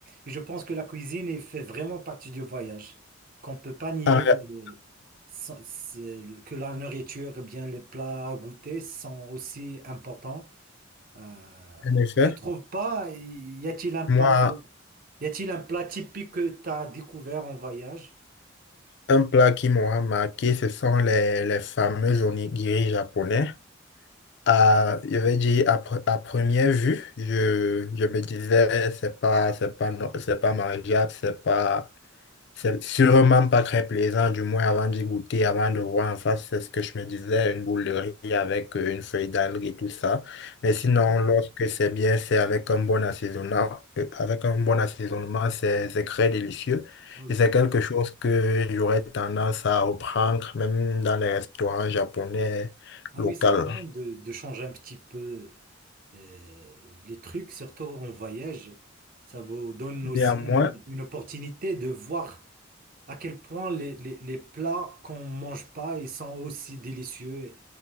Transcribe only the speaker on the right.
Et je pense que la cuisine elle fait vraiment partie du voyage, qu'on peut pas nier
euh, sans- c'est- que la nourriture, eh bien les plats à goûter sont aussi importants. Euh,
tu trouves pas, y a-t-il un pas,
y a-t-il un plat typique que tu as découvert en voyage?
Ah,
c'est bien.
Ah oui.
Ah
oui, c'est bien de, de changer un petit peu euh, les trucs, surtout en voyage. Ça vous donne aussi
une, une opportunité de voir à quel point les, les- les plats qu'on mange pas, ils sont aussi délicieux